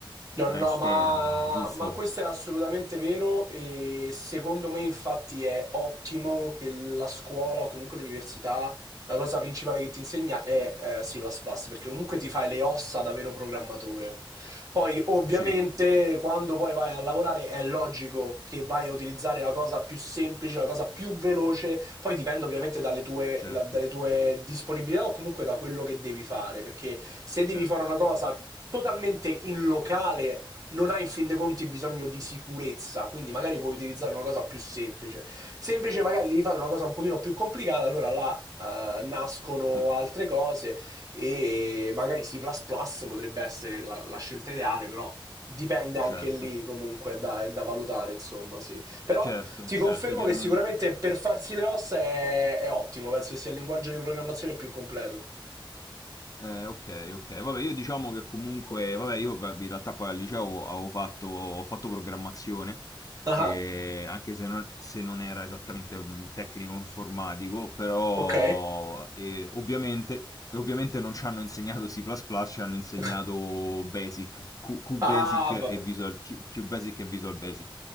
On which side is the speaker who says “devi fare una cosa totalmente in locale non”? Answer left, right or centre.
Right